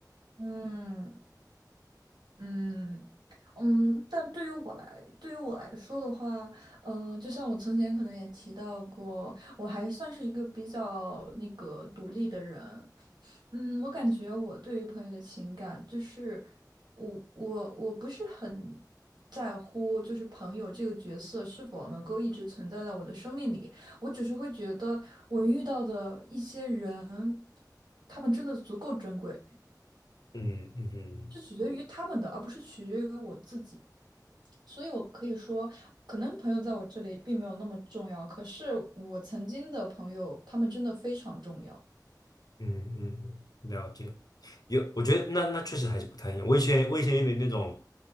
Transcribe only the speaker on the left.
嗯嗯嗯
嗯嗯，嗯了解，有，我觉得那那确实还是不太一样，我以前我以前有点那种